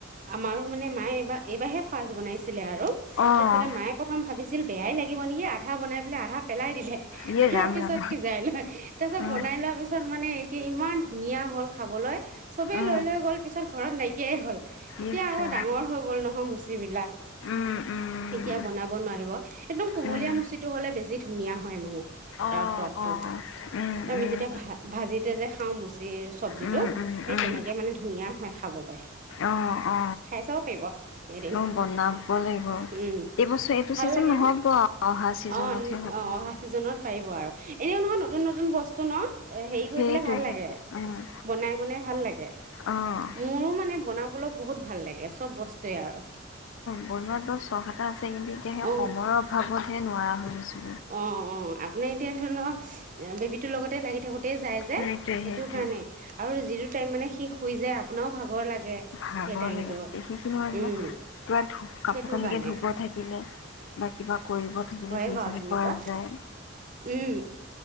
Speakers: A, on the right; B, on the left.
A: আমাৰো মানে মায়ে এইবাৰ এইবাৰহে ফাৰ্জ বনাইছে। <unintelligible> আৰু
B: অ',
A: তাৰপিছতে মায়ে প্ৰথম ভাবিছিল বেয়াই লাগিব নেকি আধা বনাই পেলাই আধা পেলাই দিলে।
B: ইয়ে
A: তাৰ
B: ৰাম
A: পিছত
B: ৰাম।
A: সিজাই লয়, তাৰ পিছত
B: উম,
A: বনাই লোৱা পিছত মানে ইমান ধুনীয়া হ'ল খাবলৈ, চবেই
B: উম,
A: লৈ লৈ গ'ল পিছত ঘৰত নাইকিয়াই হ'ল। এতিয়া
B: ইচ
A: আকৌ
B: ৰাম।
A: ডাঙৰ হৈ গ'ল নহয় মুচি। যিবিলাক
B: উম, উম।
A: এতিয়া বনাব নোৱাৰিব, একদম কুমলীয়া
B: উম
A: মুচিটো হলে বেছি ধুনীয়া হয় মানে,
B: অ',
A: তাৰ সোৱাদটো,
B: অ', উম,
A: আমি
B: উম।
A: যেতিয়া ভা ভাজিতে যে খাওঁ মুচি চব্জিটো
B: উম, উম,
A: সেই
B: উম।
A: তেনেকে মানে ধুনীয়া হয় খাবলৈ।
B: অ', অ',
A: খাই চাব পাৰিব। এদিন
B: অ বনাব লাগিব।
A: উম
B: এইবছৰ এইটো
A: ভাল
B: চিজনত
A: লাগে
B: নহ'ব
A: ন
B: অহা চিজনতহে
A: অ
B: হব।
A: অ অহা চিজনত পাৰিব আৰু এনেও নহয় নতুন নতুন বস্তু ন? অ হেৰি
B: সেইটোৱে
A: কৰি পেলাই ভাল
B: সেইটোৱে
A: লাগে,
B: উম
A: বনাই বনাই ভাল লাগে।
B: অ'
A: মোৰো মানে <inaudible> বোলো বহুত ভাল লাগে চব বস্তুয়ে আৰু
B: বনোৱাটো ছখ এটা। কিন্তু এতিয়া সেই
A: অ
B: সময়ৰ অভাৱতহে নোৱাৰা <inaudible>
A: অ', অ', আপোনি এতিয়া ধৰি লওক বেবীটোৰ লগতে লাগি থাকো যাই যে,
B: সেইটোৱে
A: সেইটো
B: সেইটোৱে
A: কাৰণে আৰু যিটো টাইম মানে সি শুই যায় আপোনাৰও ভাগৰ লাগে।
B: ভাগৰ
A: সেই টাইমটো
B: লাগে, সেইখিনি মানে
A: উম
B: ত কাপোৰ
A: সেইটো
B: কানিকে
A: কাৰণে
B: ধুব থাকিলে বা কিবা কৰিব থাকিলে
A: হয়ে
B: সেইখিনি
A: বাৰু তেনেকুৱা
B: কৰা যায়।
A: উম